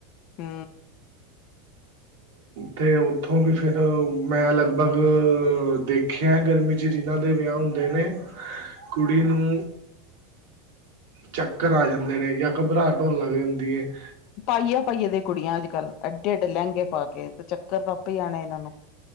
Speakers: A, on the left; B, on the right.
A: ਹਾ,
B: ਤੇ ਉੱਥੋਂ ਵੀ ਫਿਰ ਮੈਂ ਲਗਭਗ ਦੇਖ। ਖਿਆ, ਗਰਮੀ ਚ ਜਿਨਾਂ ਦੇ ਵਿਆਹ ਹੁੰਦੇ ਨੇ ਕੁੜੀ ਨੂੰ
A: ਹਾਂ,
B: ਚੱਕਰ ਆ ਜਾਂਦੇ ਨੇ, ਜਾਂ ਘਬਰਾਹ ਹੋਣ ਲੱਗ ਜਾਂਦੀ ਹੈ।
A: ਪਾਈਆਂ ਪਾਈਏ ਦੇ ਕੁੜੀਆਂ, ਅੱਜ-ਕੱਲ੍ਹ ਐਡੇ ਐਡੇ ਲਹਿੰਗੇ ਪਾ ਕੇ ਤੇ ਚੱਕਰ ਤਾਂ ਆਪ ਹੀ ਜਾਣਾ ਇਹਨਾਂ ਨੂੰ